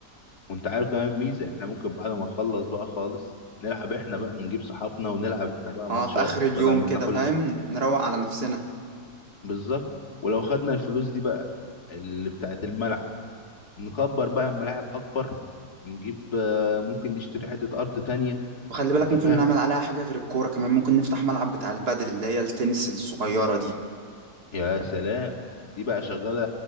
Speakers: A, on the left; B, on the right.
A: وانت عارف كمان ميزه احنا ممكن بعد ما نخلص بقى خالص نلعب احنا بقى نجيب صحابنا ونلعب احنا بقى
B: اه
A: ماتشات
B: في آخر اليوم
A: بدل ما
B: كده
A: احنا كل
B: فاهم
A: ش-
B: نروق على نفسنا
A: بالظبط ولو خدنا الفلوس دي بقى اللي بتاعت الملعب نكبر بقى الملاعب اكبر ونجيب آه، ممكن نشتري حته ارض تانية
B: وخلي بالك
A: انت
B: ممكن
A: فاهم
B: نعمل عليها حاجة غير الكورة كمان ممكن نفتح ملعب بتاع البادل اللي هي التنس الصغيرة دي
A: يا سلام دي بقى شغاله